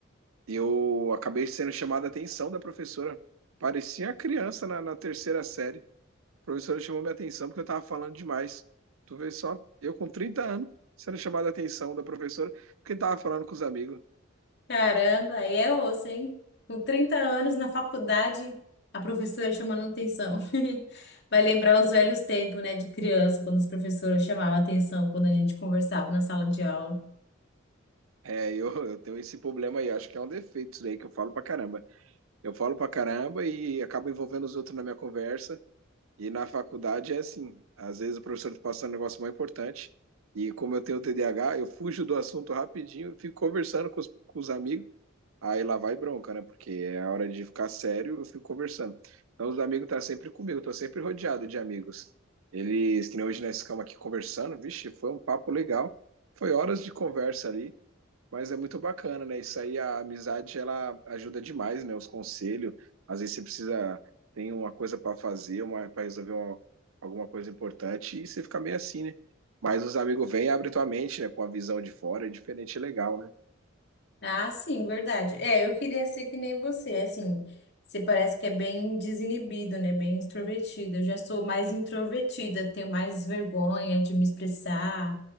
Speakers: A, on the right; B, on the left.
A: eu acabei sendo chamada a atenção da professora. Parecia criança na, na terceira série. A professora chamou minha atenção porque eu tava falando demais. Tu vê só, eu com 30 anos, sendo chamada a atenção da professora, porque tava falando com os amigos.
B: Caramba, aí é osso, hein? Com 30 anos na faculdade, a professora chamando atenção. <laughs> Vai lembrar os velhos tempos, né, de criança, quando os professores chamavam atenção quando a gente conversava na sala de aula.
A: É, eu, eu tenho esse problema aí, acho que é um defeito isso daí que eu falo pra caramba. Eu falo pra caramba e acabo envolvendo os outros na minha conversa. E na faculdade é assim, às vezes o professor tá passando um negócio mais importante e como eu tenho TDAH, eu fujo do assunto rapidinho e fico conversando com os, com os amigos. Aí lá vai bronca, né? Porque é a hora de ficar sério, eu fico conversando. Então os amigos tá sempre comigo, tô sempre rodeado de amigos. Eles, que nem hoje nós ficamos aqui conversando, vixe, foi um papo legal. Foi horas de conversa ali mas é muito bacana, né? Isso aí, a amizade, ela ajuda demais, né? Os conselhos. Às vezes você precisa, tem uma coisa para fazer, uma para resolver uma- alguma coisa importante, e você fica meio assim, né? Mas os amigos vêm e abrem tua mente, né? Com a visão de fora, é diferente e legal, né?
B: Ah, sim, verdade. É, eu queria ser que nem você, assim, você parece que é bem desinibido, né, bem extrovertido. Eu já sou mais introvertida, tenho mais vergonha de me expressar.